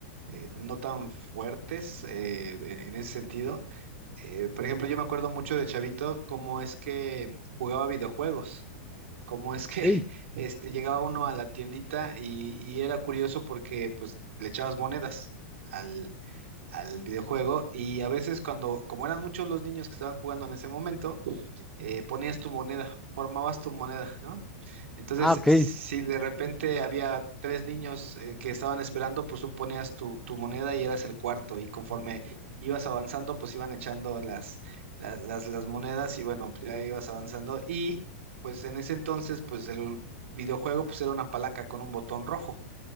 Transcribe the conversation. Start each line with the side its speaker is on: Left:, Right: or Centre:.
Right: eh, no tan fuertes eh, en en ese sentido. Eh, por ejemplo, yo me acuerdo mucho de Chavito, cómo es que jugaba videojuegos, cómo es que
Centre: Ey,
Right: <laughs> este, llegaba uno a la tiendita y, y era curioso porque pues le echabas monedas al, al videojuego y a veces cuando, como eran muchos los niños que estaban jugando en ese momento, eh, ponías tu moneda, formabas tu moneda, ¿no? Entonces,
Centre: Ah, ok.
Right: si de repente había tres niños eh, que estaban esperando, pues tú ponías tu, tu moneda y eras el cuarto, y conforme ibas avanzando, pues iban echando las, las, las, las monedas y bueno, pues, ya ibas avanzando. Y pues en ese entonces, pues el videojuego pues era una palanca con un botón rojo.